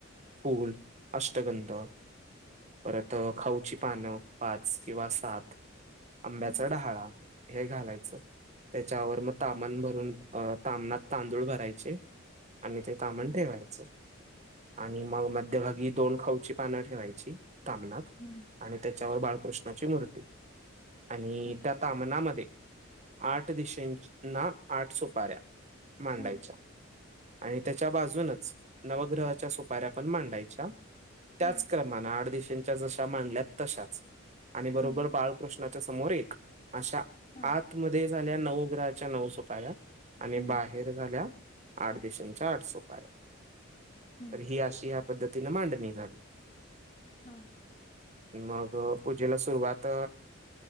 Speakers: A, on the right; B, on the left.
A: फूल अष्टगंध परत खाऊची पानं पाच किंवा सात आंब्याचा
B: हा
A: डहाळा हे घालायचं त्याच्यावर मग तामान भरून अ तामनात तांदूळ भरायचे आणि ते तामन
B: हा
A: ठेवायचं. आणि मग मध्यभगी दोन खाऊची पानं ठेवायची. कामनाथ
B: हम्म
A: आणि त्याच्यावर बाळकृष्णाची मूर्ती आणि
B: हा
A: त्या तामनामध्ये आठ दिशेना आठ सो पा मांडायच
B: हा
A: आणि त्याच्या बाजूनच नवग्रहाच्या सुपाऱ्या पण मांडायच्या त्याच
B: हा
A: क्रमान आडदशांच्या जशा मांडल्या तशाच आणि बरोबर
B: हम्म
A: बाळकृष्ण समोर एक अशा
B: हा
A: आत मध्ये झाल्या नऊ ग्रहाच्या नऊ सोपा्या आणि
B: हम्म
A: बाहेर झाल्या आठ दिशांच्या आठसपाऱ्या
B: हम्म
A: तर ही अशी या पद्धतीने मांडणी झाली
B: हा.
A: मग पूजेला सुरुवात